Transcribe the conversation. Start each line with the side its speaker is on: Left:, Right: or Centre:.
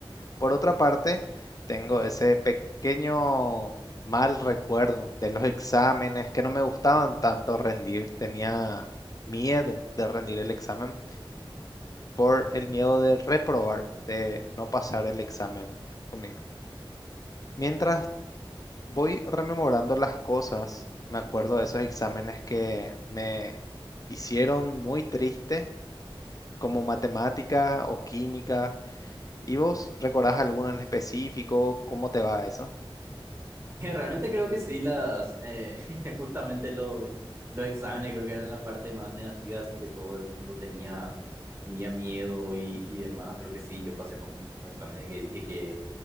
Left: Por otra parte, tengo ese pequeño mal recuerdo de los exámenes que no me gustaban tanto rendir, tenía miedo de rendir el examen por el miedo de reprobar, de no pasar el examen conmigo. Mientras voy rememorando las cosas, me acuerdo de esos exámenes que me hicieron muy triste, como matemática o química. ¿Y vos recordás alguno en específico? ¿Cómo te va eso?
Right: <laughs> Realmente creo que sí, las, eh, <laughs> justamente lo- los exámenes creo que eran la parte más negativa, así que todo el mundo tenía, tenía miedo y, y demás. Creo que sí, yo pasé por muchísimos exámenes que dije que